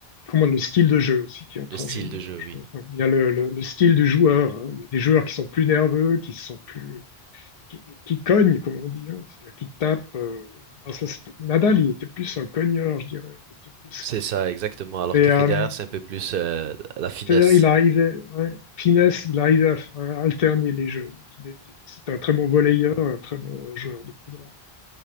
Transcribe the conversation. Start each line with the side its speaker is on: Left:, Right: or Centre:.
Left: comment le style de jeu aussi qui entre
Right: Le style
Left: en jeu. en
Right: de jeu,
Left: jeu.
Right: oui.
Left: Il y a le, le- le style du joueur. hein. Il y a des joueurs qui sont plus nerveux, qui sont plus qui, qui cogne, comme on dit, hein, c'est-à-dire qui tape. euh, dans son st- Nadal, il était plus un cogneur, je dirais. Il était plus...
Right: C'est ça, exactement. Alors
Left: Et
Right: que
Left: euh,
Right: Federer, c'est un peu plus euh, la finesse.
Left: c'est-à-dire, il arrivait, ouais, finesse, il arrivait à, à alterner les jeux. Donc, il était, c'est un très bon volleyeur, un très bon euh, joueur de coup droit.